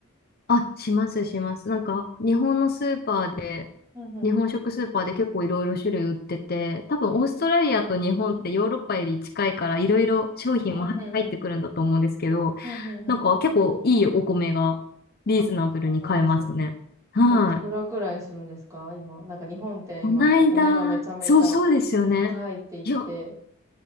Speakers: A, on the left (about 50°); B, on the right (about 15°).
A: あ、しますします。なんか、日本のスーパーで、
B: うんうん
A: 日本食スーパーで結構いろいろ種類売ってて、多分オーストラリアと日本ってヨーロッパより近いからいろいろ商品も入ってくるんだと思うんですけど、
B: へえ。うんうんうん。うんうんうん。
A: なんか結構いいお米がリーズナブルに買えますね。
B: あ、そうなんですね。
A: はい。
B: え、いくらくらいするんですか今。なんか日本って今、
A: こないだ、
B: お米がめちゃめちゃ高いって言って。
A: そうそうですよね。いや、